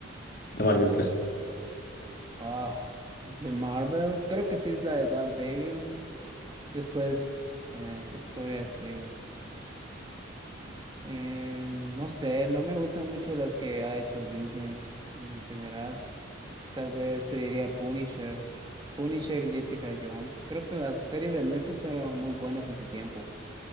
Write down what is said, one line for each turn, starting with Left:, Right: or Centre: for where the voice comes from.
Left: De Marvel, pues.
Right: Ah, de Marvel, creo que sí es la de Daredevil. Después, eh, ¿qué te podría decir? Eh, no sé, no me gustan mucho las que ha hecho Disney en general. Tal vez te diría Punisher, Punisher y Jessica Jones. Creo que las series de Netflix eran muy buenas en su tiempo.